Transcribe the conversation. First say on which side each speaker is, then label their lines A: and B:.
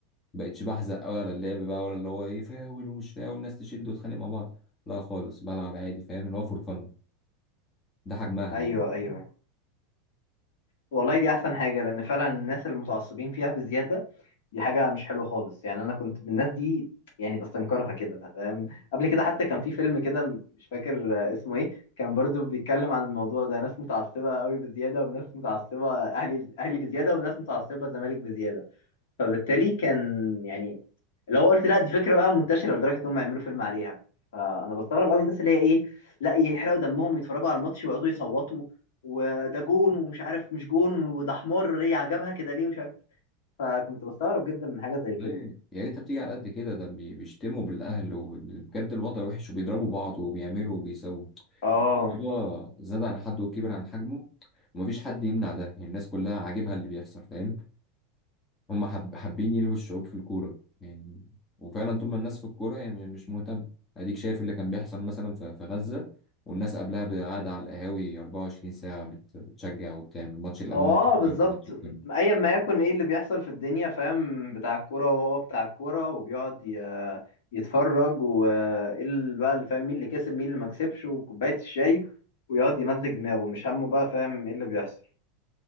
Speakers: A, on the left; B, on the left.
A: بقتش بحزق أوي على اللعب بقى ولا اللي هو ايه فاول ومش فاول الناس تشد وتتخانق مع بعض لا خالص بلعب عادي فاهم اللي هو فور فن ده حجمها
B: ايوه
A: يعني
B: ايوه والله دي احسن حاجه لان فعلا الناس المتعصبين فيها بزياده دي حاجه مش حلوه خالص يعني انا كنت من الناس دي يعني بستنكرها كده فاهم قبل كده حتى كان في فيلم كده مش فاكر آه، اسمه ايه كان برضو بيتكلم عن الموضوع ده ناس متعصبه قوي بزياده وناس متعصبه اهلي اهلي بزياده وناس متعصبه زمالك بزياده فبالتالي كان يعني لو قلت لا دي فكره بقى منتشره لدرجه ان هم يعملوا فيلم عليها فانا بستغرب قوي الناس اللي هي ايه لا يحرقوا دمهم ويتفرجوا على الماتش ويقعدوا يصوتوا وده جون ومش عارف مش جون وده حمار ليه عجبها كده ليه ومش عارف فكنت بستغرب جدا من حاجه زي كده
A: ليه يا ريتها بتيجي على قد كده ده بي- بيشتموا بالأهل وبجد الوضع وحش وبيضربوا بعض وبيعملوا وبيسووا
B: اه
A: الموضوع زاد عن حده وكبر عن حجمه ومفيش حد يمنع ده يعني الناس كلها عاجبها اللي بيحصل فاهم هم حب حابين يلهوا الشعوب في الكورة يعني وفعلا طول ما الناس في الكورة هي م- مش مهتمة أديك شايف اللي كان بيحصل مثلا في في غزة والناس قبلها قاعدة على القهاوي 24 ساعة بت- بتشجع وبتعمل ماتش الأمل
B: هو اه
A: بالظبط ماتش
B: بالظبط
A: الكلمة، ماتش الكلمة.
B: ايا ما يكن ايه اللي بيحصل في الدنيا فاهم بتاع الكوره وهو بتاع الكوره وبيقعد ي- يتفرج وايه اللي بقى اللي فاهم مين اللي كسب مين اللي ما كسبش وكوبايه الشاي ويقعد يمزج دماغه مش همه بقى فاهم ايه اللي بيحصل